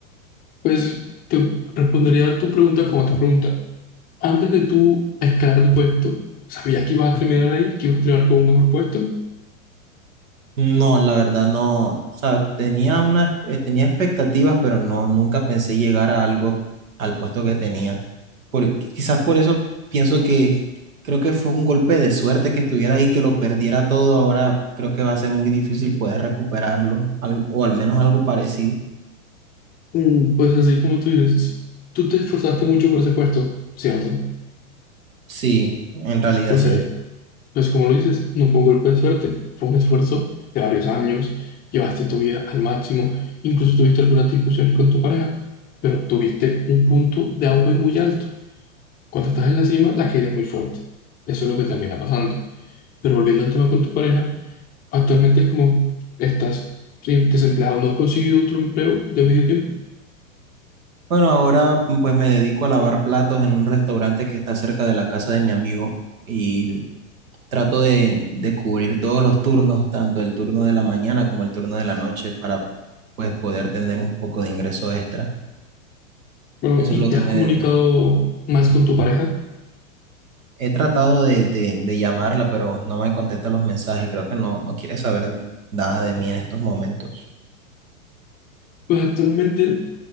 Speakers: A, on the left; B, on the right.
A: Pues te respondería tu pregunta con otra pregunta. Antes de tú escalar de puesto, ¿sabías que ibas a terminar ahí, que ibas a terminar con un mejor puesto?
B: No, la verdad no, o sea, tenía una, eh, tenía expectativas, pero no, nunca pensé llegar a algo, al puesto que tenía. Por, quizás por eso pienso que creo que fue un golpe de suerte que estuviera ahí, que lo perdiera todo. Ahora creo que va a ser muy difícil poder recuperarlo, al- o al menos algo parecido.
A: Mm, Pues así como tú dices, tú te esforzaste mucho por ese puesto, ¿cierto?
B: Sí, en realidad
A: Pues,
B: sí.
A: eh, pues como lo dices, no fue un golpe de suerte, fue un esfuerzo de varios años, llevaste tu vida al máximo, incluso tuviste algunas discusiones con tu pareja, pero tuviste un punto de auge muy alto. Cuando estás en la cima, la caída es muy fuerte. Eso es lo que termina pasando. Pero volviendo al tema con tu pareja, Actualmente es como estás sí, desempleado, no has conseguido otro empleo de medio tiempo.
B: Bueno, ahora pues me dedico a lavar platos en un restaurante que está cerca de la casa de mi amigo y trato de, de cubrir todos los turnos, tanto el turno de la mañana como el turno de la noche, para pues poder tener un poco de ingreso extra.
A: Bueno,
B: Eso
A: y
B: es lo
A: te
B: que
A: has
B: me
A: comunicado
B: dedico.
A: más con tu pareja.
B: He tratado de, de- de llamarla, pero no me contesta los mensajes. Creo que no, no quiere saber nada de mí en estos momentos.
A: Pues actualmente